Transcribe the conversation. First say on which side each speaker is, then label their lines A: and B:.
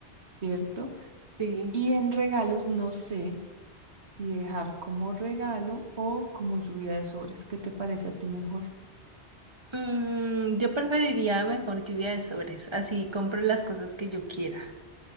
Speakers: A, on the right (about 70°); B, on the right (about 25°).
A: ¿cierto?
B: Sí.
A: Y en regalos no sé si dejar como regalo o como lluvia de sobres. ¿Qué te parece a ti mejor?
B: Mm, yo preferiría mejor lluvia de sobres, así compro las cosas que yo quiera,